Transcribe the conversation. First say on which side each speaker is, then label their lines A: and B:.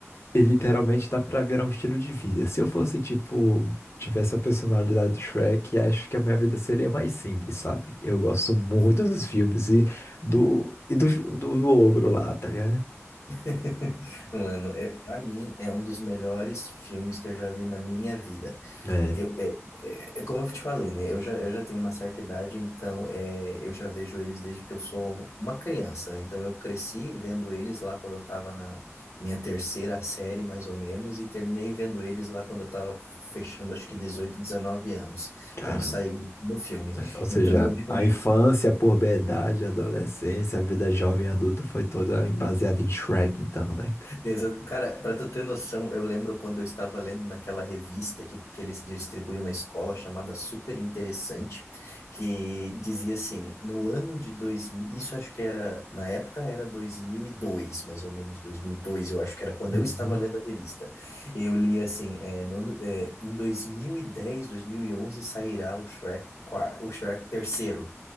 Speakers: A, on the left (about 60°); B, on the left (about 85°).
A: E literalmente dá pra virar um estilo de vida. Se eu fosse, tipo, tivesse a personalidade do Shrek, acho que a minha vida seria mais simples, sabe? Eu gosto muito
B: Uhum.
A: dos filmes e do, e do, do, do ogro lá, tá ligado?
B: <laughs> Mano, é, pra mim é um dos melhores filmes que eu já vi na minha vida.
A: É,
B: Eu, é, é- é como eu te falei, né? Eu já, eu já tenho uma certa idade, então é, eu já vejo eles desde que eu sou uma criança, né? Então eu cresci vendo eles lá quando eu estava na minha terceira série, mais ou menos, e terminei vendo eles lá quando eu estava fechando, acho que 18, 19 anos,
A: caramba.
B: quando saiu o último filme.
A: Ou seja,
B: Então eu realmente
A: a infância, a puberdade, a adolescência, a vida jovem e adulta foi toda baseada em Shrek, então, né?
B: Exato. Cara, para tu ter noção, eu lembro quando eu estava lendo naquela revista que, que eles distribuíam na escola, chamada Super Interessante, que dizia assim, no ano de 2000, isso acho que era, na época era dois mil e dois mais ou menos 2002 eu acho que era quando
A: Uhum.
B: eu estava lendo a revista. Eu li assim, é, no ano- é, em dois dois mil mil e dez dois mil e onze sairá o Shrek, quar- o Shrek terceiro.